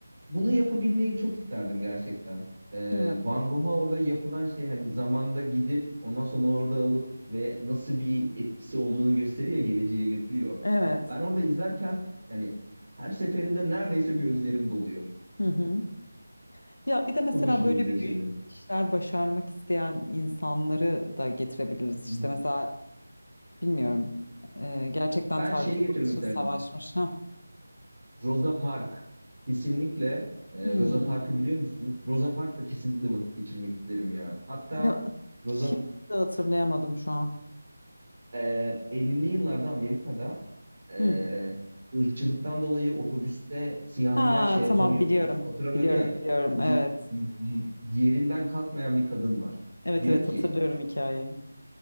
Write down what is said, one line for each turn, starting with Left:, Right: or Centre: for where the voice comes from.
Right: Bunu yapabilmeyi çok isterdim gerçekten. Ee,
Left: Evet.
Right: Van Gogh'a orada yapılan şey hani zamanda gidip ondan sonra orada alıp ve nasıl bir etkisi olduğunu gösteriyor, geleceğe götürüyor.
Left: Evet.
Right: Ben orada izlerken yani her seferinde neredeyse gözlerim doluyor.
Left: Hı hı. Ya bir de mesela
Right: Çok hoşuma
Left: böyle
Right: gidiyor şeyde.
Left: büyük işler başarmak isteyen insanları da getirebiliriz.
Right: Hı
Left: İşte
Right: hı.
Left: mesela bilmiyorum e, gerçekten
Right: Ben
Left: tarihte
Right: şeyi getirmek
Left: bunun için
Right: isterdim.
Left: savaşmış. Ha.
Right: Rosa Park. Kesinlikle e,
Left: Hmm.
Right: Rosa Park'ı biliyor musun? Rosa Park'la kesinlikle vakit geçirmek isterim ya. Hatta
Left: Ya
Right: Rosa
Left: kimse hatırlayamadım şu an.
Right: Ee, 50'li yıllarda Amerika'da e,
Left: Hı.
Right: ırkçılıktan dolayı otobüste siyahiler
Left: Ha
Right: şey yapamıyordu.
Left: tamam biliyorum.
Right: Oturamıyordu
Left: Biliyorum
Right: ya.
Left: biliyorum
Right: Y-
Left: evet.
Right: y- yerinden kalkmayan bir kadın var.
Left: Evet
Right: Diyor
Left: evet
Right: ki
Left: hatırlıyorum hikayeyi.